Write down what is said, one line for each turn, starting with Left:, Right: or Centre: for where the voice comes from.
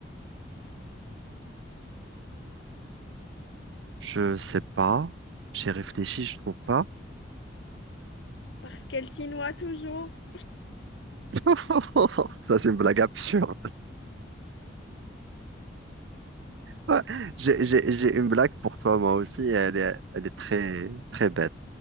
Right: Je sais pas. J'ai réfléchi, je trouve pas.
Left: Parce qu'elle s'y noie toujours.
Right: <laughs> Ça, c'est une blague absurde. Ouais, J'ai, j'ai- j'ai une blague pour toi, moi aussi. et Elle est, elle est très, très bête.